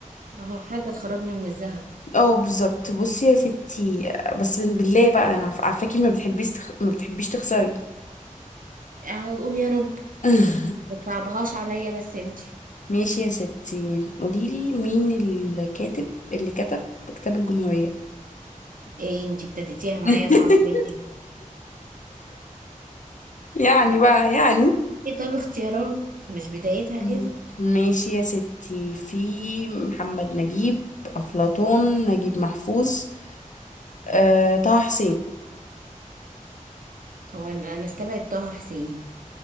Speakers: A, on the right; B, on the left.
A: اهو حاجة تخرجنا من الزهق
B: اه بالظبط بصي يا ستي بس بالله بقى أنا عارفاكي ما بتحبيش تخ... ما بتحبيش تخسري
A: اهو قول يا رب
B: <laughs>
A: ما تصعبهاش عليا بس انتي
B: ماشي يا ستي قوليلي مين الكاتب اللي كتب كتاب الجمهورية
A: ايه انتي ابتديتيها معايا
B: <laughs>
A: صعب ليه كده
B: يعني بقى يعني
A: ايه طب اختيارات مش بدايتها
B: مم.
A: كده
B: ماشي يا ستي في محمد نجيب أفلاطون نجيب محفوظ أه، طه حسين
A: هو انا أنا استبعد طه حسين